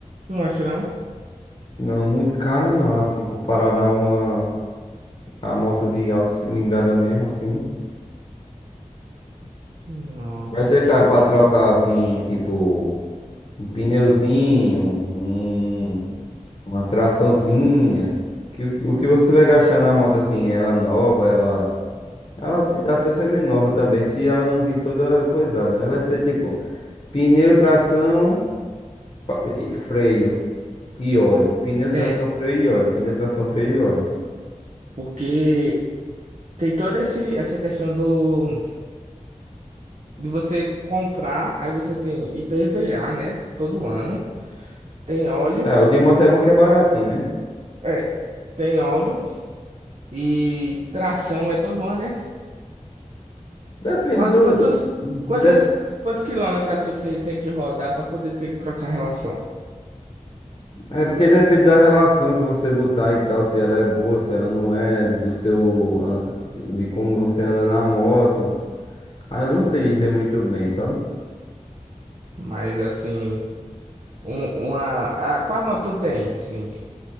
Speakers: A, on the right; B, on the left.
A: Tu não acha não?
B: Não, muito caro não, assim, comparado a uma a moto de alta cilindrada mesmo, assim.
A: Nossa,
B: Vai ser
A: que
B: caro
A: da.
B: pra trocar, assim, tipo, um pneuzinho, um, uma traçãozinha. Que, o o que você vai gastar na moto, assim, ela nova, ela Ela te- até semi-nova também, se ela não vir toda coisada, né? Vai ser tipo pneu, tração, pa- e- freio e óleo. Pneu, tração,
A: É,
B: freio e óleo. Pneu, tração, freio e óleo.
A: Porque tem toda esse, essa questão do, de você comprar, aí você tem IPVA, né? Todo ano. Tem óleo,
B: É, o de moto é bom que é baratinho, né?
A: é, tem óleo e tração é todo ano, né?
B: Depende
A: Quantos,
B: do.
A: quantos,
B: de-
A: quantos, quantos quilômetros você tem que rodar para poder ter que trocar a relação?
B: é porque depende da relação que você botar e tal, se ela é boa, se ela não é, do seu. ah, do- de como você anda na moto. Ah, eu não sei dizer muito bem, sabe?
A: Mas assim, um- uma. A, qual moto tu tem? Sim,